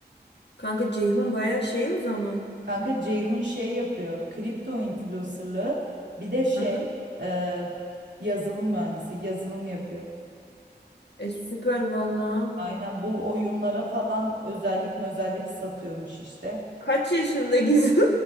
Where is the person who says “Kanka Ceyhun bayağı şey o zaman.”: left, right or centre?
Left